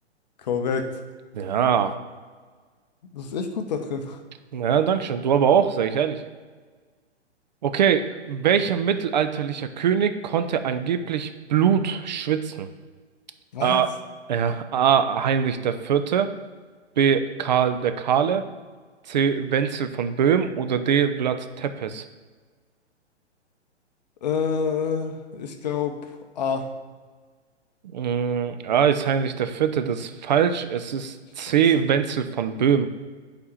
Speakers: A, on the left; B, on the right.
A: Korrekt.
B: Ja.
A: Du bist echt gut da drin.
B: Ja, danke schön. Du aber auch, sag ich ehrlich. Okay, welcher mittelalterlicher König konnte angeblich Blut schwitzen?
A: Was?
B: A. Ja, A. Heinrich der Vierte, B. Karl der Kahle, C. Wenzel von Böhmen oder D. Vlad Tepes?
A: Äh, ich glaube, A.
B: Mm, A ist Heinrich der Vierte, das ist falsch. Es ist C.
A: Scheiße.
B: Wenzel von Böhmen.